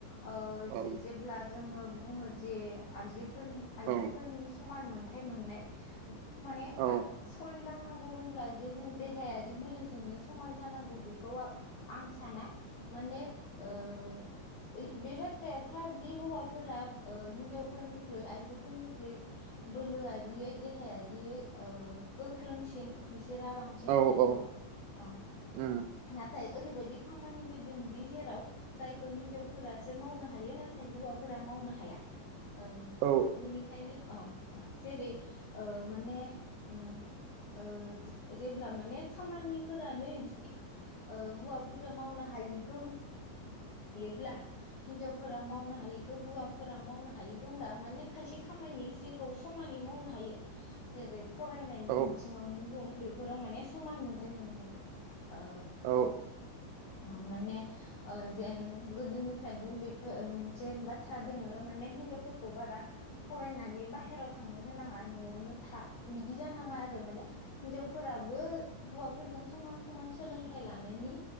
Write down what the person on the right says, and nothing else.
औ
औ
औ
औ
औ
उम
औ
औ
औ